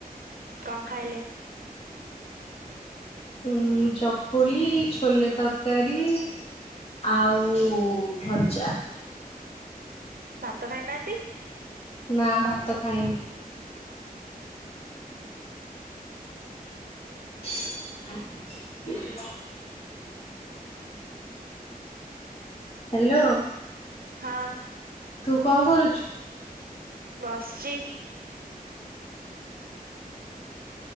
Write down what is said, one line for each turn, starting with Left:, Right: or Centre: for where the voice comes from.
Right: କଣ ଖାଇଲେ?
Left: ଉ ଚକୁଳି ଛୋଲେ ତରକାରୀ ଆଉ ଭଜା।
Right: ଭାତ ଖାଇନାହାନ୍ତି?
Left: ନା ଭାତ ଖାଇନି। <inaudible> ହ୍ୟାଲୋ।
Right: ହଁ
Left: ତୁ କଣ କରୁଛୁ?
Right: ବସ୍ଚି।